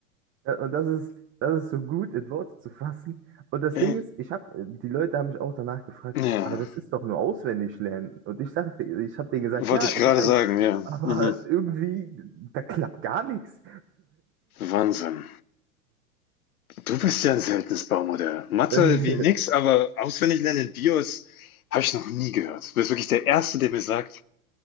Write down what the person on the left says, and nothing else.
Äh,
Ja.
Wollte
ich gerade
sagen, ja.
Mhm.
Wahnsinn. Du bist ja ein seltenes Baumodell. Mathe
wie nix, aber auswendig lernen in Bios habe ich noch nie gehört. Du bist wirklich der Erste, der mir sagt,